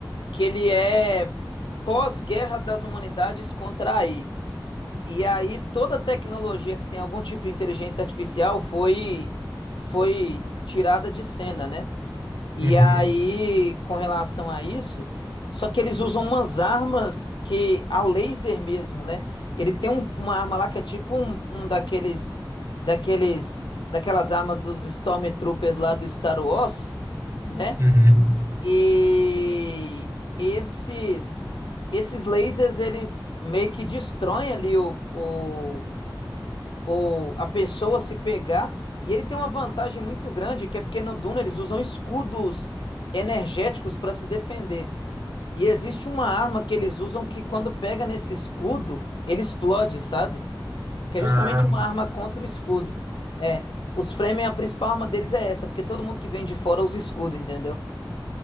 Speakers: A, on the left; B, on the right.
A: que ele é pós-guerra das humanidades contra a AI. E aí toda tecnologia que tem algum tipo de inteligência artificial foi foi tirada de cena, né? E
B: Uhum,
A: aí, com relação a isso, só que eles usam umas armas que a laser mesmo, né? Ele tem um- uma arma lá que é tipo um, um daqueles, daqueles, daquelas armas dos Stormtroopers lá do Star Wars, né?
B: uhum.
A: E esses, esses lasers eles meio que destroem ali o, o, ou a pessoa se pegar. E ele tem uma vantagem muito grande, que é porque no Duna eles usam escudos energéticos para se defender. E existe uma arma que eles usam que quando pega nesse escudo, ele explode, sabe? Que é
B: Ah,
A: justamente uma arma contra o escudo. É, os Fremen, a principal arma deles é essa, porque todo mundo que vem de fora usa escudo, entendeu?